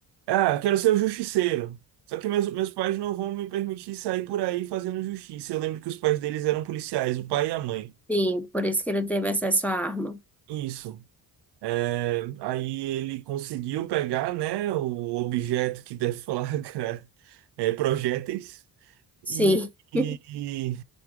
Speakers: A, on the right; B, in the centre.
A: Ah, quero ser o Justiceiro. Só que meus, meus pais não vão me permitir sair por aí fazendo justiça. Eu lembro que os pais deles eram policiais, o pai e a mãe.
B: Sim, por isso que ele teve acesso à arma.
A: Isso. É, aí ele conseguiu pegar, né, o objeto que deflagra <laughs> é, projéteis
B: Sim.
A: e,
B: <laughs>
A: e- e